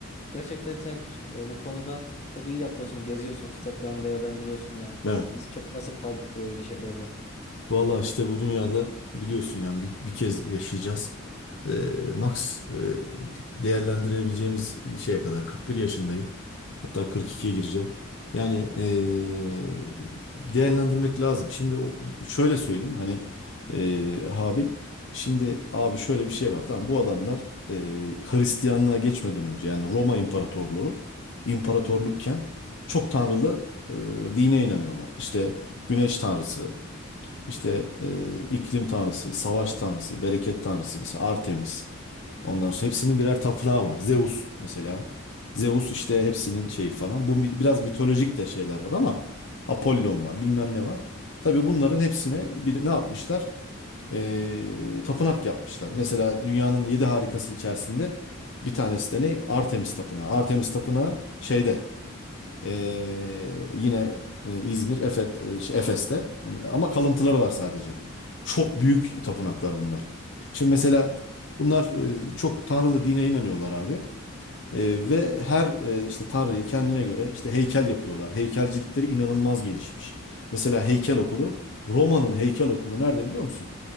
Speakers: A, on the left (about 30°); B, on the left (about 60°).
A: gerçekten sen e, bu konuda çok iyi yapıyorsun. Geziyorsun, fırsatlarını değerlendiriyorsun ya.
B: Evet.
A: Biz çok pasif kaldık böyle şeylerde.
B: Valla işte bu dünyada biliyorsun yani bir, bir kez yaşayacağız. Ee, max e, değerlendirebileceğimiz şeye kadar 41 yaşındayım. Hatta 42'ye gireceğim. Yani ee, değerlendirmek lazım. Şimdi o, şöyle söyleyeyim hani ee, Habil. Şimdi abi şöyle bir şey var. Tamam bu adamlar ee, Hristiyanlığa geçmeden önce yani Roma İmparatorluğu imparatorlukken çok tanrılı ee, dine inanıyorlar. İşte Güneş tanrısı, işte e, iklim tanrısı, savaş tanrısı, bereket tanrısı mesela Artemis. Ondan sonra hepsinin birer tapınağı var. Zeus mesela. Zeus işte hepsinin şeyi falan. Bu bi- biraz mitolojik de şeyler var ama Apollon var, bilmem ne var. Tabii bunların hepsine bir, ne yapmışlar? E, tapınak yapmışlar. Mesela dünyanın yedi harikası içerisinde bir tanesi de ne? Artemis Tapınağı. Artemis Tapınağı şeyde ee, yine e, İzmir, Efe, e, şey, Efes'te ama kalıntıları var sadece. Çok büyük tapınaklar bunlar. Şimdi mesela bunlar e, çok tanrılı dine inanıyorlar abi. Ee, ve her e, işte tanrıyı kendine göre işte heykel yapıyorlar. Heykelcilikleri inanılmaz gelişmiş. Mesela heykel okulu Roma'nın heykel okulu nerede biliyor musun?